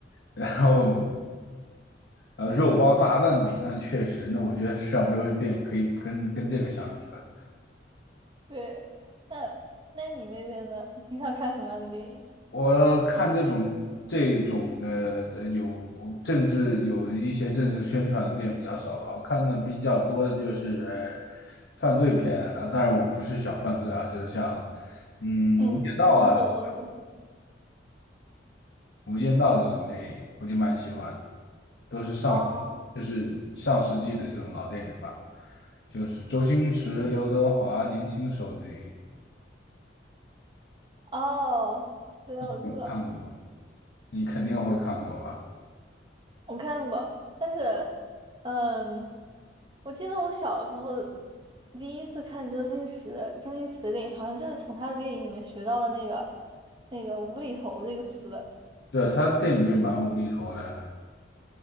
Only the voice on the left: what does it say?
然后呃呃肉包炸弹比，那确实，那我觉得世上没有电影可以跟跟这个相比了。
我看这种这种的的有政治有一些政治宣传的电影比较少吧，我看的比较多的就是呃犯罪片啊，当然我不是小犯罪啊，就是像嗯《无间道》啊，
对吧？
《无间道》这种电影我就蛮喜欢的，都是上
就是上世纪的这种老电影吧，就是周星驰、刘德华年轻时候的电影，
有看过，你肯定会看过吧？
对，他的电影就是蛮无厘头的，